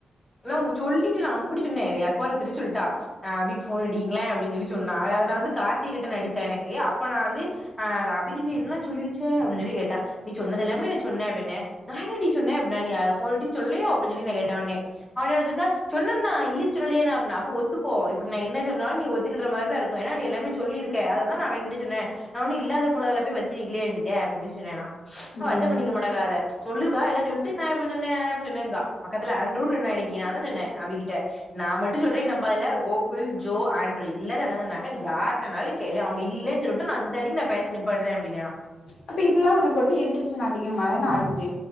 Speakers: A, in the centre; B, on the left (about 70°).
A: நா உ சொல்லிட்டு நா அம்புட்டு சொன்ன எ <unintelligible> சொல்ட்டா ஆ அபிக்கு ஃபோன் அடிங்கல அப்டின்னு சொல்லி சொன்னா அத நா வந்து கார்த்தி ரிட்டன் அடிச்சா எனக்கு அப்ப நா வந்து ஆ அத அபிக்கு நீ என்னல்லா சொல்லி வெச்ச அப்டின்னு சொல்லி கேட்டா நீ சொன்னத எல்லாமே நா சொன்ன அப்டின்னே நா என்னடி சொன்ன அப்பன்னா நீ அ ஃபோன் அடின்னு சொல்லி அப்டின்னு சொல்லி கேட்ட ஒடனே அவனே ஒடைச்சிருந்தா சொன்னாதா இல்லின் சொல்லியே நா அப்பன்னா அப்போ ஒத்துக்கோ இப்ப நா என்ன சொன்னாலு நீ ஒத் துக்கிடற மாதிரிதா இருக்கு ஏன்னா நீ எல்லாமே சொல்லிருக்க அததா நா அவய்ங் கிட்ட சொன்னே நா ஒன்னு இல்லாத பொல்லாததுல்ல போய் வத்தி வைக்கலயே அவிங்கிட்ட அப்டின்னு சொல்லி சொன்னேன்னா
B: ம்
A: அச்சப் பண்ணிக்க மாட்டாங்க அத ம்ச் சொல்லுதா எல்லா சொல்ட்டு நா எப்ப சொன்னே நா எப்ப சொன்னேங்கா பக்கத்துல ஆந் <unintelligible> நா தா சொன்னே அபி கிட்ட நா மட்டு சொல்றே நம்பாதுல கோகுல் ஜோ ஆண்ட்ரரு எல்லாரு அங்க தா இருந்தாங்க நீ யார் ட்டனாலு கேளு அவங்க இல்லன்னு சொல்லட்டு நா அந்த அன்னைக்கு நா பேச்ச நிப்பாட்டுத அப்டினா
B: ம்ச் அப்ப இதெல்லா உனக்கு வந்து என்டென்ஷன் அதிகமா தானே ஆகுது